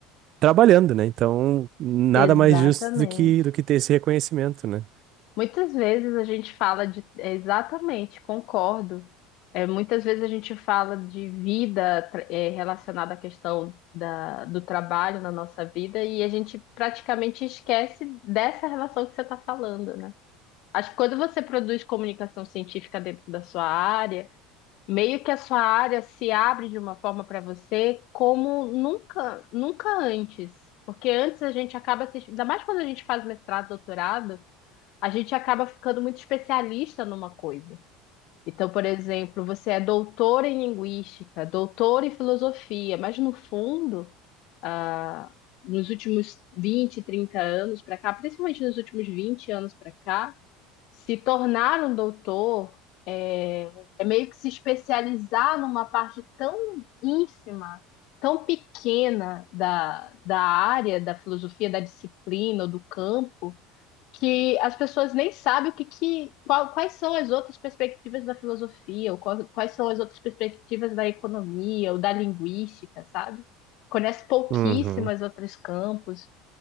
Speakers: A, on the right; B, on the left.
A: trabalhando, né? Então, nada
B: Exatamente.
A: mais justo do que do que ter esse reconhecimento, né?
B: Muitas vezes a gente fala de. é, Exatamente, concordo. É, muitas vezes a gente fala de vida tra- é, relacionada à questão da, do trabalho na nossa vida e a gente praticamente esquece dessa relação que você está falando, né? Acho que quando você produz comunicação científica dentro da sua área, meio que a sua área se abre de uma forma para você como nunca, nunca antes. Porque antes a gente acaba se, ainda mais quando a gente faz mestrado, doutorado a gente acaba ficando muito especialista numa coisa. Então, por exemplo, você é doutor em linguística, doutor em filosofia, mas no fundo, ah, nos últimos 20 30 anos para cá, principalmente nos últimos 20 anos para cá, se tornar um doutor é, é meio que se especializar numa parte tão ínfima, tão pequena da, da área, da filosofia, da disciplina ou do campo que as pessoas nem sabem o que, que qual- quais são as outras perspectivas da filosofia, ou qual- quais são as outras perspectivas da economia ou da linguística, sabe? Conhece pouquíssimas
A: Uhum.
B: outros campos.